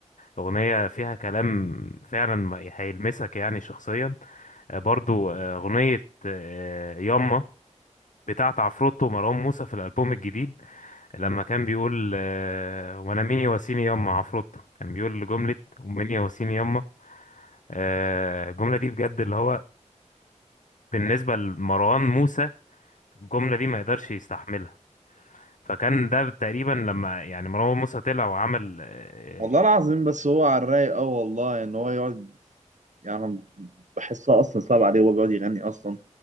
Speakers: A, on the left; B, on the right.
A: اغنيه فيها كلام فعلا ما- هيلمسك يعني شخصيا آه، برضو آه، اغنيه آه، ياما بتاعة عفروتو ومروان موسى في الألبوم الجديد لما كان بيقول آه، وأنا مين يواسيني يما عفروتو كان بيقول جملة ومين يواسيني يما آه، الجملة دي بجد اللي هو بالنسبة لمروان موسى الجملة دي ما يقدرش يستحملها فكان ده تقريبا لما يعني مروان موسى طلع وعمل آه،
B: والله العظيم بس هو على الرايق أوي والله إن هو يقعد يعني أنا بحسها أصلا صعب عليه وهو بيقعد يغني أصلا